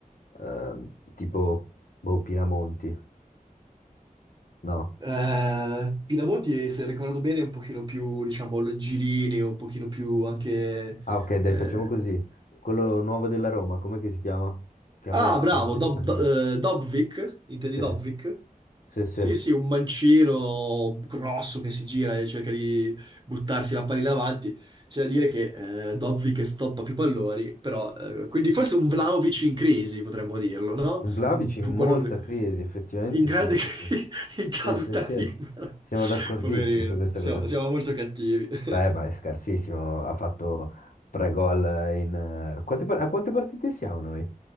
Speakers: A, on the left (about 70°); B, on the right (about 30°).
A: ehm, tipo boh, Pinamonti, no?
B: Eh, Pinamonti, se ricordo bene, è un pochino più, diciamo, longilineo, un pochino più anche
A: Ah, ok,
B: eh,
A: dai, facciamo così. Quello nuovo della Roma, com'è che si chiama? Che a
B: Ah,
A: me
B: bravo,
A: non piace
B: Dob,
A: per niente.
B: eh, Dobvik, intendi
A: Sì,
B: Dobvik?
A: sì, sì.
B: Sì,
A: Un
B: sì, un mancino grosso che si gira e cerca di buttarsi la palla in avanti. C'è da dire che eh, Dobvik stoppa più palloni, però... eh, quindi forse un Vlahovic in crisi, potremmo dirlo, no?
A: Vlahovic
B: Un,
A: in
B: quando-
A: molta crisi, effettivamente
B: in grande
A: sì.
B: <laughs> crisi, in caduta
A: Sì, sì, sì.
B: libera.
A: Siamo d'accordissimo
B: Poverino,
A: su questa
B: siamo,
A: cosa qua.
B: siamo molto cattivi. <laughs>
A: Beh, ma è scarsissimo. Ha fatto tre gol in... eh, quante par- a quante partite siamo noi?